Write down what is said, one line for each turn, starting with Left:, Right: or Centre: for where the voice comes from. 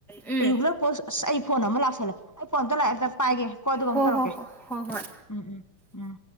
Centre: ꯎꯝ
Left: ꯔꯤꯒꯨꯂꯔ ꯄꯣꯁ ꯑꯁ ꯑꯩ ꯐꯣꯟ ꯑꯃ ꯂꯥꯛꯁꯜꯂꯦ ꯑꯩ ꯐꯣꯟꯗꯣ ꯂꯥꯛꯑꯦ ꯄꯥꯏꯒꯦ ꯀꯣ ꯑꯗꯨꯒ ꯑꯃꯨꯛ
Centre: ꯍꯣ
Left: ꯇꯧꯔꯛꯀꯦ
Centre: ꯍꯣ ꯍꯣ ꯍꯣ ꯍꯣꯏ
Left: ꯎꯝ ꯎꯝ ꯎꯝ